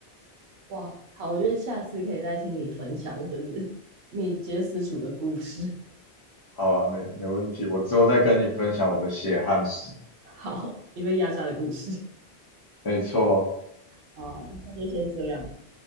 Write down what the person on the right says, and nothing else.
哇，好，我觉得下次可以再听你分享，就是你接私厨的故事。
好，你被压榨的故事。
好啊那就先这样，